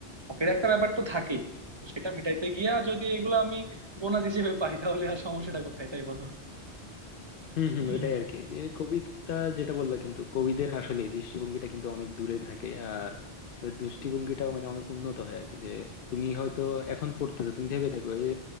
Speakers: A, on the right; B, on the left.
A: শখের একটা ব্যাপার তো থাকেই তো সেটা মেটাইতে গিয়া যদি এগুলো আমি বোনাস হিসেবে পাই তাহলে আর সমস্যাটা কোথায় তাই বলো
B: হম হম
A: হুম।
B: ওটাই আর কি এ কবিতা যেটা বললা কিন্তু কবিদের আসলে দৃষ্টিভঙ্গিটা কিন্তু অনেক দূরে থাকে আর দৃষ্টিভঙ্গিটাও মানে অনেক উন্নত হয় আর কি যে তুমি হয়তো এখন পড়তেছো তুমি ভেবে দেখো এ